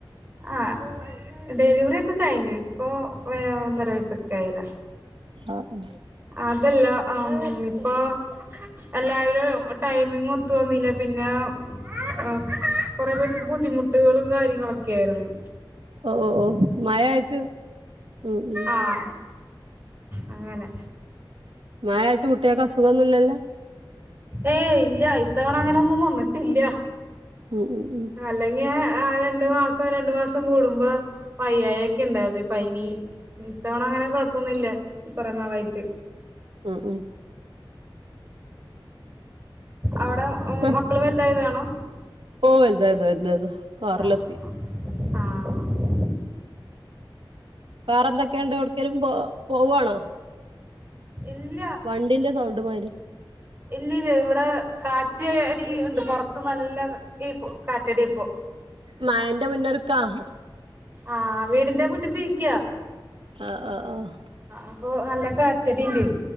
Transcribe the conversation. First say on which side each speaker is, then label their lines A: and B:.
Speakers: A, on the right; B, on the right.
A: ആഹ് ഡെലിവറി ഒക്കെ കഴിഞ്ഞു ഇപ്പോ ഏഹ് ഒന്നര വയസ്സൊക്കെ ആയിലെ
B: ആഹ്
A: അതല്ല ആഹ് ഇപ്പൊ. എല്ലാരും ടൈമിങ് ഒത്തു വന്നിലെ പിന്നെ. ആഹ് കൊറെ പേർക്ക് ബുദ്ധിമുട്ടുകളും കാര്യങ്ങളൊക്കെ ആയ്രുന്നു.
B: ഓഹ് ഓഹ് ഓഹ് മഴ ആയിട്ട് ഉം ഉം.
A: ആഹ് അങ്ങനെ
B: മഴായിട്ട് കുട്ട്യാക്ക് അസുഖോന്ന്ല്ലല്ലോ.
A: ഏയ് ഇല്ല ഇത്തവണ അങ്ങനൊന്നും വന്നിട്ടില്ല.
B: ഉം ഉം ഉം
A: അല്ലെങ്കിൽ ആഹ് രണ്ട് മാസം രണ്ട് മാസം കൂടുമ്പോ. വയ്യായിയൊക്കെ ഉണ്ടാവല് പനി ഇത്തവണ അങ്ങനെ കൊയപ്പൊന്നുല്ല കുറെ നാളായിട്ട്.
B: ഉ ഉ.
A: അവടെ
B: ഉം
A: മക്കള് വൽതായതാണോ?
B: ഓഹ് വൽതായി <unintelligible> ആറ്ലെത്തി.
A: ആഹ് ആഹ് ആഹ് ആഹ്
B: വേറെന്തക്കണ്ട് എവ്ട്ക്കേലും പോ പോവ്വാണോ?
A: ഇല്ല.
B: വണ്ടിന്റെ സൗണ്ട് മാരി.
A: ഇല്ലല്ല ഇവടെ കാറ്റ് അടി ണ്ട് പൊർത്ത് ന്നല്ല ഈപ്പോ കാറ്റടിപ്പോ
B: മയന്റെ മുന്നൊരു ക്കാഹ
A: ആഹ് വീടിന്റെ മുറ്റത്തിരിക്ക്യ.
B: ആഹ് ആഹ് ആഹ്.
A: അപ്പൊ നല്ല കാറ്റടിണ്ട്